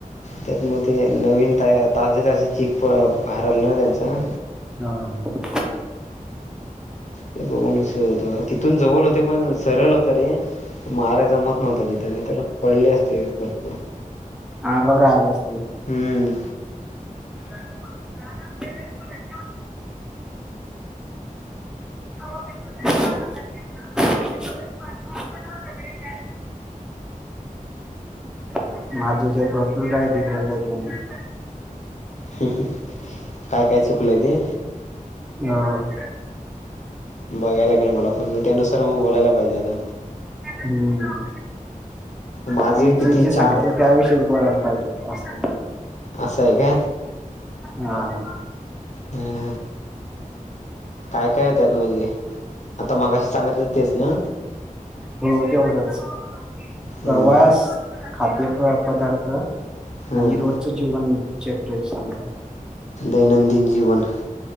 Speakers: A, on the left; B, in the centre.
A: त्यांत मंग ते नवीन ताजे ताजे चीक बाहेर आलं नां त्यांचं
B: हां
A: ते बघूंन उचरतं होतं तिथूंन जवळं होते पणं सरळं होतं रे महारांजा मतं नव्हतं तिथने तरं पडले असते भरंपूर
B: हां गौरा्या आले असते
A: हम्मं
B: <unintelligible> <unintelligible> त्यांनी माहित आहे की नाहीं माझ्याच्यांत भरंपूर कायं दिलेलं आहे त्यांने
A: हं हं कायं कायं चुकलंय ते
B: हम्मं
A: बघांयला गेलं मलां पणं मंग त्यांनुसार मंग बोलांयला पाहिजे आंता
B: हम्मं
A: माझे
B: त्यांनी
A: किती
B: जे जे
A: चार
B: सांगितलं त्याविषयीच बोळांयला पाहिजे असं
A: असं आहे कायं
B: हां
A: हां हां काय काय हाय त्यातं म्हणजे? आता मगाशी सांगितलं तेच ना?
B: हो तेवढच. प्रवास
A: हम्म
B: खाद्य पदार्थ
A: हम्म
B: आणि रोजचं जेवण चेक <unintelligible>
A: दैनंदिन जीवन.